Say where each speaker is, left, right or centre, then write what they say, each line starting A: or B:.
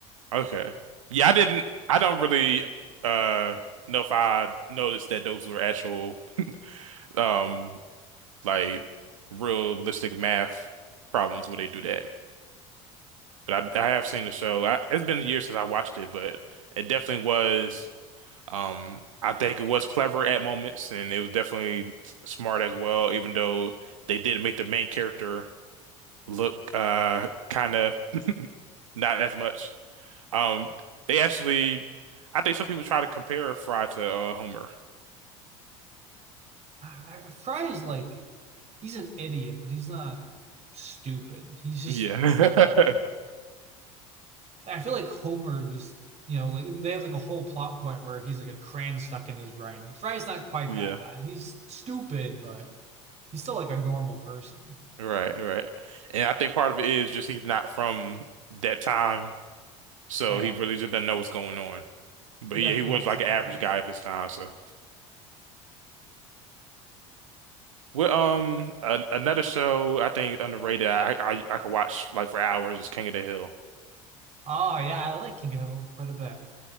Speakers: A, on the right; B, on the right.
A: okay. Yeah, I didn't, I don't really, uh, know if I noticed that those were actual, um, like realistic math problems where they do that. But I, I have seen the show. I, it's been years since I watched it, but it definitely was. Um, I think it was clever at moments, and it was definitely s- smart as well. Even though they did make the main character look uh kind of not as much. Um, they actually, I think some people try to compare Fry to uh, Homer.
B: I, I, Fry is like he's an idiot, but he's not stupid. He's just
A: Yeah. <laughs>
B: I feel like Homer is you know like they have like a whole plot point where he's like a crayon stuck in his brain. Fry's not quite
A: Yeah.
B: that bad. He's stupid, but he's still like a normal person.
A: Right, right. And I think part of it is just he's not from that time, so
B: Oh yeah,
A: he really just doesn't know what's going on. But
B: it definitely
A: yeah, he was
B: exemplifies
A: like an average guy
B: it.
A: of his time. So, well, um, a another show I think underrated I, I I could watch like for hours is King of the Hill.
B: Oh yeah, I like King of Hill quite a bit.